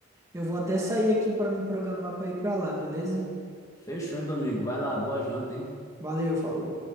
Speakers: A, on the right; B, on the left.
A: Eu vou até sair aqui para me programar para ir para lá, beleza?
B: Fechou, hein, Domingo. Vai lá, boa janta, hein?
A: Valeu, falou.